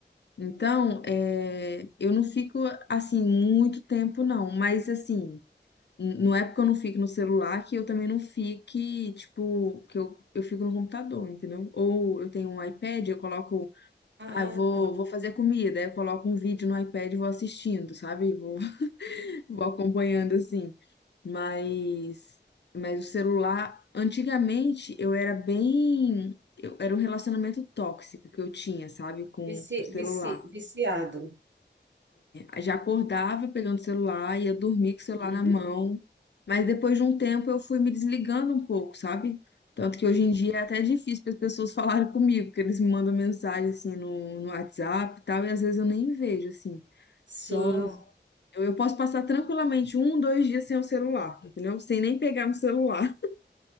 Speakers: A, on the left (about 70°); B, on the right (about 75°).
A: Então, é, eu não fico, assim, muito tempo, não, mas, assim, n- não é porque eu não fico no celular que eu também não fique, tipo, que eu, eu fico no computador, entendeu? Ou eu tenho um iPad, eu coloco,
B: Ah,
A: ah, eu vou,
B: tá.
A: vou fazer comida, aí eu coloco um vídeo no iPad e vou assistindo, sabe? Vou
B: Uhum.
A: vou acompanhando assim, mas mas o celular, antigamente eu era bem, eu, era um relacionamento tóxico que eu tinha, sabe, com,
B: Vici,
A: com o celular.
B: vici, viciado.
A: É, Já acordava pegando o celular, ia dormir com o celular
B: Uhum.
A: na mão, mas depois de um tempo eu fui me desligando um pouco, sabe? Tanto que
B: Uhum.
A: hoje em dia é até difícil para as pessoas <laughs> falarem comigo, porque eles me mandam mensagem assim no, no WhatsApp e tal, e às vezes eu nem vejo assim.
B: Sim,
A: Só eu, eu posso passar tranquilamente um, dois dias sem o celular, entendeu? Sem nem pegar no celular. <laughs>